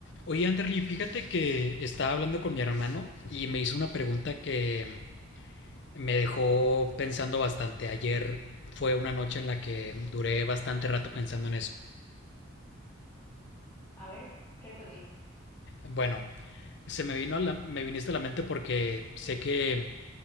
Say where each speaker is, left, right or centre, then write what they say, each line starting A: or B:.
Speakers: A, on the left; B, on the left.
A: Oye, Anderly, fíjate que estaba hablando con mi hermano y me hizo una pregunta que me dejó pensando bastante. Ayer fue una noche en la que duré bastante rato pensando en eso.
B: A ver, ¿qué te dijo?
A: Bueno, se me vino a la- me viniste a la mente porque sé que